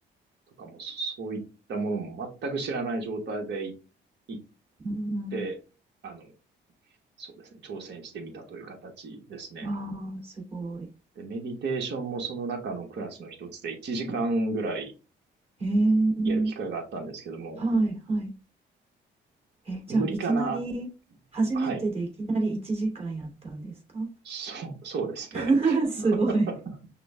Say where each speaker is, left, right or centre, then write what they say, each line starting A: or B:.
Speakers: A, on the right; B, on the right.
A: とかもそういったものも全く知らない状態で行っ
B: うん、
A: て、あの、そうですね、挑戦してみたという形ですね。
B: わあ、すごい。
A: で、メディテーションもその中のクラスの一つで1時間ぐらい
B: えー、
A: やる機会があったんですけども、
B: はい、はい。え、じゃあ、
A: 無理かなっ
B: いきなり、初めてでいきなり1時間やったんですか
A: はい。そう、そうですね。
B: <laughs>
A: <laughs>
B: すごい。